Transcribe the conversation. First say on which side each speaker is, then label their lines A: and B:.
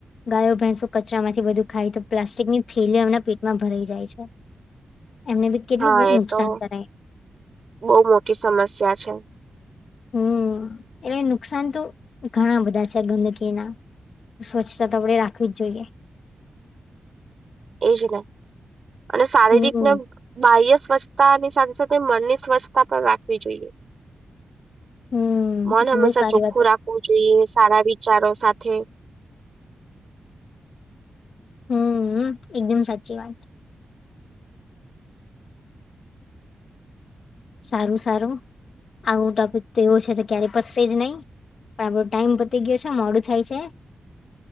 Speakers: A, on the left (about 70°); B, on the right (about 50°).
A: ગાયો ભેંસો કચરા માંથી બધું ખાય તો પ્લાસ્ટિકની થેલીઓ એમના પેટમાં ભરાઈ જાય છે. એમને બી કેટલું
B: હા એ
A: નુકસાન
B: તો
A: કરાય
B: બહુ મોટી સમસ્યા છે. <unintelligible>
A: હમ
B: <inaudible>
A: એટલે નુકસાન તો ઘણા બધા છે ગંદકીના સ્વચ્છતા તો આપણેે રાખવી જ જોઈએ.
B: એજ ને અને શારીરિકને
A: હમ
B: બાહ્ય સ્વચ્છતાની સાથે સાથે મનની સ્વચ્છતા પણ રાખવી જોઈએ.
A: હમ
B: મન
A: એ તો
B: હંમેશા
A: બહુ સારી
B: ચોખ્ખું
A: વાત
B: રાખવું જોઈએ સારા રીતે વિચારો સાથે
A: હું હું એકદમ સાચી વાત સારું સારું આવું ટોપિક તો એવો છે ક્યારે પચશે જ નહી. પણ આપડો ટાઈમ બતી ગયો છે મોડું થાય છે.